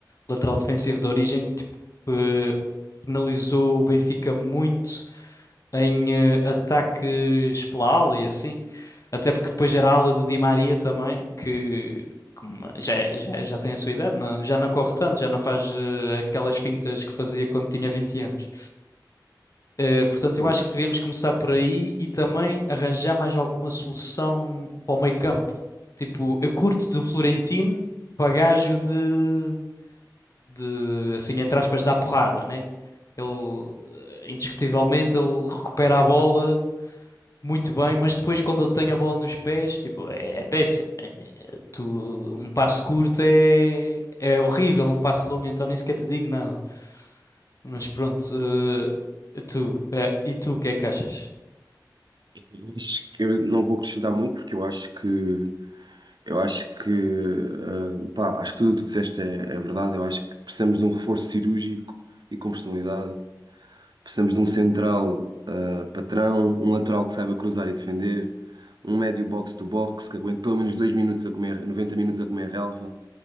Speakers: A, on the left; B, on the right.
A: lateral defensivo de origem, tipo, eh, penalizou o Benfica muito em eh, ataques pela ala e assim. Até porque depois era a ala do Di Maria também, que como já, é- já, é- já tem a sua idade, não- já não corre tanto, já não faz eh, aquelas fintas que fazia quando tinha 20 anos. Eh, portanto, eu
B: Exato.
A: acho que devíamos começar por aí e também arranjar mais alguma solução para o meio campo. Tipo, eu curto do Florentino para gajo de, de, assim, entre aspas, dar porrada, né? Ele, eh, indiscutivelmente, ele recupera a bola muito bem, mas depois quando ele tem a bola nos pés, tipo, é, é péssimo. É- é- tu, um passo curto é, é horrível, um passo longo, então nem sequer te digo nada. Mas pronto, eh, tu, eh, e tu, o que é que achas?
B: Eu acho que eu não vou acrescentar muito porque eu acho que Eu acho que, eh, pá, acho que tudo o que tu disseste é, é verdade. Eu acho que precisamos de um reforço cirúrgico e com personalidade. Precisamos de um central, eh, patrão, um lateral que saiba cruzar e defender, um médio box-to-box que aguente pelo menos dois minutos a comer, 90 minutos a comer relva.